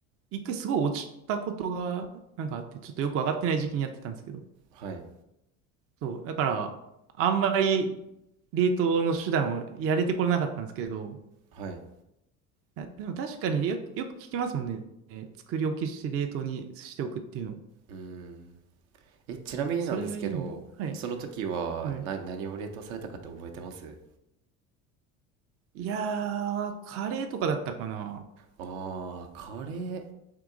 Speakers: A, on the right (about 35°); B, on the right (about 70°).
A: 一回すごい落ちたことが、なんかあって、ちょっとよくわかってない時期にやってたんですけど。
B: はい
A: そう。だから、あんまり冷凍の手段をやれてこなかったんですけど、
B: はい
A: あでも確かによ、よく聞きますもんね。えー作り置きして冷凍にしておくっていうの。
B: うん。えちなみになんですけどその時はな何を冷凍されたかって覚えてます
A: やっぱそれがいいんだ。はい。はい。いやー、カレーとかだったかな。
B: ああーカレー